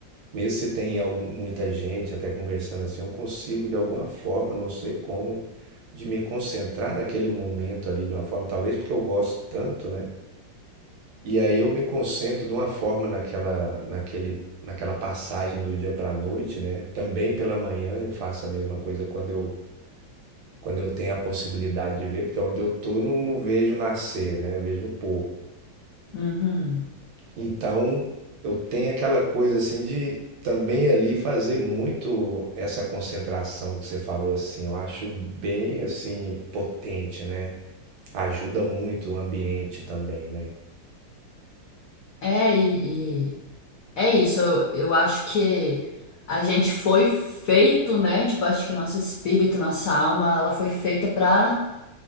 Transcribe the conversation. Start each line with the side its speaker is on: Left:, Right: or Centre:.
Right: Mesmo se tem algum- muita gente até conversando assim, eu consigo de alguma forma, não sei como, de me concentrar naquele momento ali de uma forma, talvez porque eu gosto tanto, né? E aí eu me concentro de uma forma naquela, naquele, naquela passagem do dia para a noite, né? Também pela manhã eu faço a mesma coisa quando eu, quando eu tenho a possibilidade de ver, porque onde eu tô não, não vejo nascer, né? Eu vejo pôr.
Left: Uhum.
Right: Então eu tenho aquela coisa assim de também ali fazer muito essa concentração que você falou assim. Eu acho bem assim potente, né? Ajuda muito o ambiente também, né?
Left: É, e, e é isso. Eu, eu acho que a gente foi feito, né? Tipo, acho que nosso espírito, nossa alma, ela foi feita para